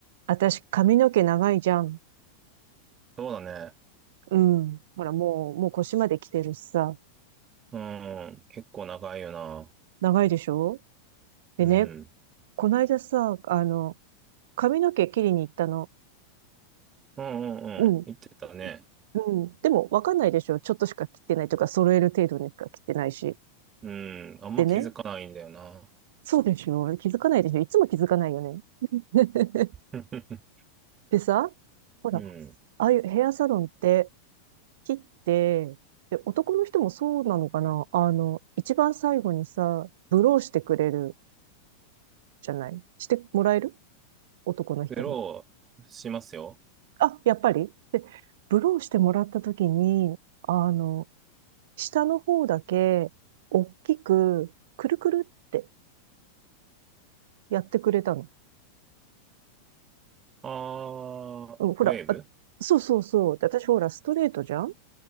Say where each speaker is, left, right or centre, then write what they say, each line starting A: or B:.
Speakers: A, on the right; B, on the right.
A: 私、髪の毛長いじゃん。
B: そうだね。
A: うん。ほら、もう、もう腰まで来てるしさ。
B: うん、うん結構長いよな。
A: 長いでしょでね、
B: うん。
A: こないださ、あの、髪の毛切りに行ったの。
B: うんうんうん。
A: うん。
B: 言ってたね。
A: うん。でも、わかんないでしょちょっとしか切ってないとか、揃える程度にしか切ってないし。
B: うん。あんま気づかないんだよな。
A: でね、そうでしょ気づかないでしょいつも気づかないよね。<laughs>
B: <laughs>
A: でさ、ほら、
B: うん。
A: ああいうヘアサロンって切って、で、男の人もそうなのかなあの、一番最後にさ、ブローしてくれるじゃないしてもらえる男の人も。
B: グローしますよ。
A: あ、やっぱりで、ブローしてもらった時に、あの、下の方だけ、大きく、くるくるってやってくれたの。
B: あー、
A: うん、ほら、
B: ウェーブ
A: あ、そうそうそう。で私ほら、ストレートじゃん